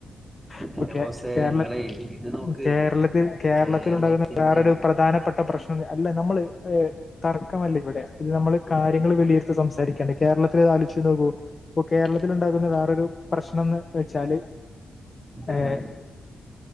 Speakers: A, on the left; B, in the centre.
A: അപ്പം
B: എന്റെ
A: കേ
B: ബോസേ
A: കേരള
B: ഇങ്ങളെ ഇത് നോക്ക്
A: കേരളത്തിൽ കേരളത്തിൽ
B: കേരളത്തിന്റെ
A: ഉണ്ടാകുന്ന വേറൊരു പ്രധാനപ്പെട്ട പ്രശ് അല്ല നമ്മള് തർക്കമല്ല ഇവിടെ ഇത് നമ്മള് കാര്യങ്ങള് വിലിയിരുത്തി സംസാരിക്കാണ്ട് കേരളത്തില് പാലിച്ചു നോകൂ ഇപ്പം കേരളത്തിൽ ഉണ്ടാകുന്ന വേറൊരു പ്രശ്നം എന്ന് വെച്ചാല് ഏഹ്
B: ആഹ്